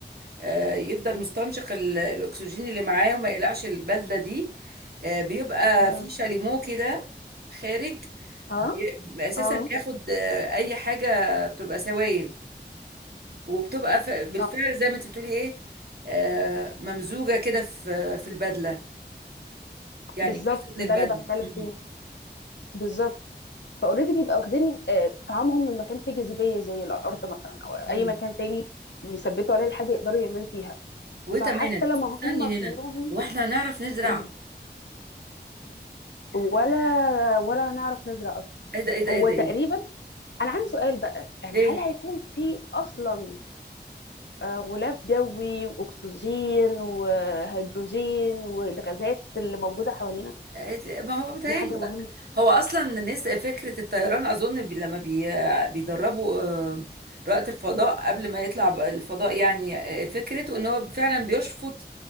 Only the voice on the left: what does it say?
امم
اه
اه
صح
بالظبط
ده
اللي بتكلم
فيه بالظبط فاوريدي بيبقى واخدين آه، طعامهم من مكان فيه جاذبيه زي الارض مثلا او
اي مكان تاني يثبتوا عليه الحاجه يقدروا يعملوا فيها
فحتى لما
هم
بيروحوا
قولي ولا ولا نعرف نزرع اصلا
هو
تقريبا
انا عندي سؤال بقى يعني
هل هيكون في اصلا آه، غلاف جوي واكسجين وهيدروجين والغازات اللي موجوده حوالينا
دي حاجه مهمه